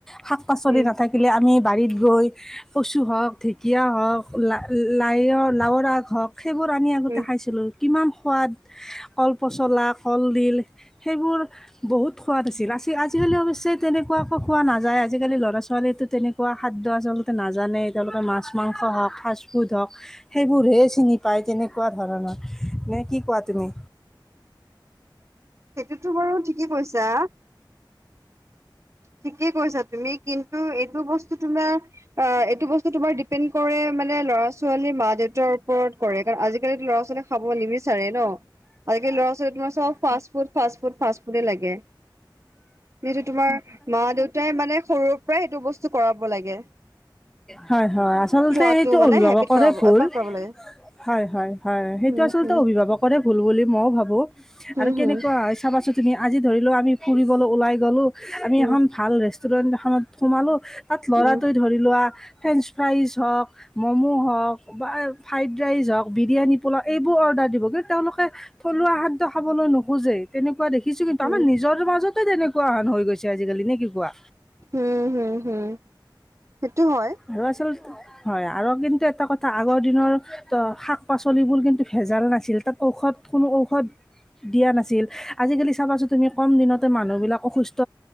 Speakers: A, in the centre; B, on the right (about 35°).
A: শাক-পাচলি
B: উম
A: নাথাকিলে আমি বাৰীত গৈ কচু হওক, ঢেঁকীয়া হওক, লা-লাই লাওৰ আগ হওক, সেইবোৰ আনি আগতে
B: উম
A: খাইছিলোঁ। কিমান সোৱাদ, কলপচলাক কলদিল, সেইবোৰ বহুত সোৱা আছিল। আজ-আজিকালি অৱশ্যে তেনেকুৱা একো খোৱা নাযায় আজিকালি ল'ৰা ছোৱালীো তেনেকুৱা খাদ্য আচলতে নাজানেই। তেওঁলোকে মাছ-মাংস হওক, ফাষ্টফুড হওক, সেইবোৰহে চিনি পায় তেনেকুৱা ধৰণৰ। না কি কোৱা তুমি?
B: সেইটোতো বাৰু ঠিকেই কৈছা। ঠিকেই কৈছা তুমি কিন্তু, এইটো বস্তু তোমাৰ অ এইটো বস্তু তোমাৰ ডিপেড কৰে মানে ল'ৰা ছোৱালী মা দেউতাৰ ওপৰত কৰে, কাৰণ আজিকালিতো ল'ৰা ছোৱালী খাব নিবিচাৰে ন, আজিকি ল'ৰা ছোৱালী তোমাৰ চব ফাছফুড-ফাছফুড-ফাছফুড লাগে। সেইটো তোমাৰ মা দেউতাই মানে সৰুৰ পৰাই এইটো বস্তু কৰাব লাগে।
A: হয় হয় আচলতে
B: খোৱাটো
A: সেইটো
B: মানে
A: অভিভাৱকৰৰে
B: হেবিট কৰাব
A: ভুল।
B: অভ্যাস কৰাব লাগে
A: হয়-হয়-হয়। সেইটো
B: উম
A: আচলতে
B: হুম
A: অভিভাৱকৰে ভুল বুলি মইও ভাবো,
B: হুম
A: আৰু কেনেকুৱা
B: হুম
A: হয় চাবাচোন তুমি আজি ধৰি লোৱা আমি ফুৰিবলৈ ওলাই গ'লো, আমি
B: উম
A: এখন ভাল ৰেষ্টুৰেন্ট এখনত সোমালো। তাত ল'ৰাটোৱে
B: উম
A: ধৰি লোৱা ফ্ৰেঞ্চ ফ্ৰাইজ হওক, ম'ম' হওক বা ফ্ৰাইড ৰাইচ হওক, বিৰিয়ানী পোলা এইবোৰ অৰ্ডাৰ দিবগে, তেওঁলোকে থলুৱা শাক খাবলৈ নোখোজেই তেনেকুৱা দেখিছো কিন্তু,
B: উম
A: আমাৰ নিজৰ মাজতে তেনেকুৱান হৈ গৈছে আজিকালি। নে কি কোৱা?
B: হম হম হম সেইটো হয়।
A: আৰু আচলতে হয়। আৰু কিন্তু এটা কথা আগৰ দিনৰ শাক পাচলিবোৰ কিন্তু ভেজাল নাছিল। তাত ঔষধ কোনো ঔষধ দিয়া নাছিল। আজিকালি চাবাচোন তুমি কম দিনতে মানুহ বিলাক অসুস্থ